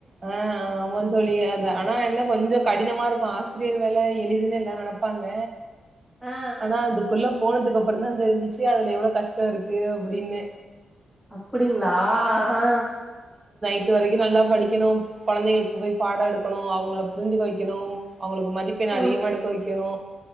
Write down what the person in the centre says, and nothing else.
ஆ
அப்படிங்ளா ஆ
ம்